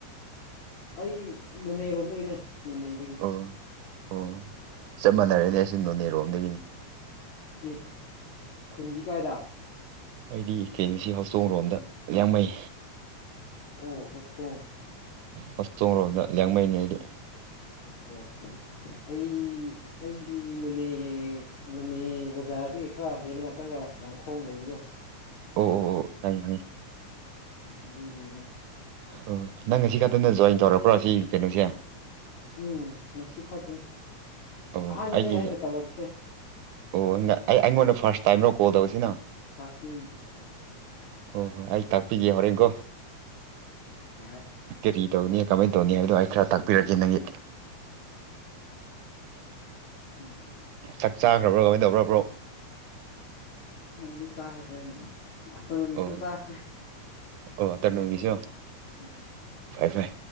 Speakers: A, on the left (about 65°); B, on the right (about 85°).
A: ꯑꯩ ꯅꯣꯅꯦꯔꯣꯝꯗꯒꯤꯅꯦ ꯅꯣꯅꯦꯗꯒꯤ
B: ꯑꯣ ꯑꯣ ꯆꯞ ꯃꯥꯟꯅꯔꯦꯅꯦ ꯑꯩꯁꯨ ꯅꯣꯅꯦꯔꯣ ꯑꯝꯗꯒꯤꯅꯤ
A: ꯑꯦ ꯈꯨꯟꯗꯤ ꯀꯥꯏꯗ
B: ꯑꯩꯗꯤ ꯀ‌‌ꯦ ꯑꯦꯝ ꯁꯤ ꯍ‌ꯣꯁꯊ‌ꯣ ꯔ‌ꯣꯝꯗ ꯌꯥꯡꯃꯩ
A: ꯑꯣ ꯍꯥꯎꯆꯣꯡ
B: ꯍꯞꯇ‌ꯣ ꯔ‌ꯣꯜꯗ ꯌꯦꯡꯃꯩꯅꯦ ꯑꯩꯗꯤ
A: ꯑꯣ ꯑꯩ ꯑꯩꯗꯤ ꯅꯨꯅꯦ ꯅꯣꯅꯦ ꯕꯖꯥꯔꯗꯒꯤ ꯈꯔ ꯆꯦꯜꯂꯒ ꯆꯠꯂꯒ ꯔꯪꯈꯣꯡ ꯂꯩꯕꯗꯣ
B: ꯑꯣ ꯑꯣ ꯑꯣ ꯈꯪ ꯈꯪꯏ
A: ꯑꯗꯨꯗꯤ ꯎꯝ
B: ꯑꯣ ꯅꯪ ꯉꯁꯤ ꯈꯛꯇꯅ ꯖꯣꯏꯟ ꯇꯧꯔꯛꯄ꯭ꯔꯣ ꯁꯤ ꯀꯩꯅꯣꯁꯦ
A: ꯎꯝ ꯉꯁꯤ ꯈꯛꯇꯅꯤ꯫
B: ꯑꯣ
A: ꯑꯍꯥꯟꯕꯅꯦ
B: ꯑꯩꯒꯤ
A: ꯑꯩꯅ ꯇꯧꯔꯛꯄꯁꯦ
B: ꯑꯣ ꯑꯩ ꯑꯩꯉꯣꯟꯗ ꯐꯥꯔꯁ ꯇꯥꯏꯝꯔꯣ ꯀꯣꯜ ꯇꯧꯕꯁꯤꯅ
A: ꯐꯥꯔꯁ ꯗ‌ꯦꯅ‌ꯦ
B: ꯍꯣꯏ ꯍꯣꯏ ꯑꯩ ꯇꯥꯛꯄꯤꯒꯦ ꯍꯣꯔꯦꯟꯀꯣ
A: ꯌꯥꯏ
B: ꯀꯦꯔꯤ ꯇꯧꯅꯤ ꯀꯃꯥꯏ ꯇꯧꯅꯤ ꯍꯥꯏꯕꯗꯣ ꯑꯩ ꯈꯔ ꯇꯥꯛꯄꯤꯔꯛꯒꯦ ꯅꯪꯒꯤ
A: ꯎꯝ
B: ꯆꯥꯛ ꯆꯥꯈ꯭ꯔꯕ꯭ꯔꯣ ꯀꯃꯥꯏꯅ ꯇꯧꯒꯔ ꯕ꯭ꯔꯣ
A: ꯆꯕꯨꯗꯤ ꯆꯥꯈ꯭ꯔꯦ ꯑꯐꯇꯔꯅꯨꯟꯒꯤ
B: ꯑꯣ
A: ꯗ‌ꯣ ꯆꯥꯈ꯭ꯔꯦ
B: ꯑꯣ ꯑꯞꯇꯔꯅꯨꯟꯒꯤ‌ꯖꯨ
A: ꯎꯝ
B: ꯐꯩ ꯐꯩ